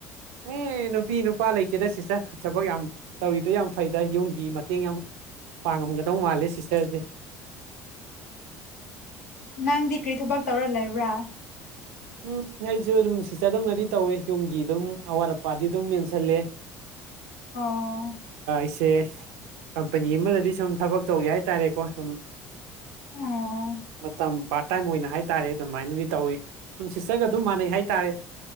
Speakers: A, on the right (about 70°); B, on the left (about 85°).
A: ꯑꯦ ꯅꯨꯄꯤ ꯅꯨꯄꯤ ꯏꯄꯥ ꯂꯩꯇꯦꯗ ꯁꯤꯇꯔ ꯊ ꯆꯕꯛ ꯌꯥꯝ ꯇꯧꯔꯤꯗꯣ ꯌꯥꯝ ꯐꯩꯗ ꯌꯨꯝꯒꯤ ꯃꯇꯦꯡ ꯌꯥꯝ ꯄꯥꯡꯉꯝꯒꯗꯧ ꯃꯥꯜꯂꯦ ꯁꯤꯁꯇꯔꯁꯦ
B: ꯅꯪꯗꯤ ꯀꯔꯤ ꯊꯕꯛ ꯇꯧꯔ ꯂꯩꯕ꯭ꯔꯥ
A: ꯎꯝ ꯑꯩꯁꯨ ꯑꯗꯨꯝ ꯁꯤꯇꯔꯗꯧꯅꯗꯤ ꯇꯧꯋꯦ ꯌꯨꯝꯒꯤ ꯑꯗꯨꯝ ꯑꯋꯥꯠ ꯑꯄꯥꯗꯤ ꯑꯗꯨꯝ ꯃꯦꯟꯁꯜꯂꯦ
B: ꯑꯣ
A: ꯏꯁꯦ ꯀꯝꯄꯅꯤ ꯑꯃꯗꯗꯤ ꯁꯨꯝ ꯊꯕꯛ ꯇꯧꯒꯦ ꯍꯥꯏꯇꯥꯔꯦꯀꯣ ꯁꯨꯝ
B: ꯑꯣ
A: ꯃꯇꯝ ꯄꯥꯔꯠ ꯇꯥꯏꯝ ꯑꯣꯏꯅ ꯍꯥꯏꯇꯥꯔꯦ ꯑꯗꯨꯃꯥꯏꯅꯗꯤ ꯇꯧꯋꯤ ꯅꯨꯡꯁꯤꯠꯆꯒ ꯑꯗꯨꯝ ꯃꯥꯟꯅꯩ ꯍꯥꯏꯇꯥꯔꯦ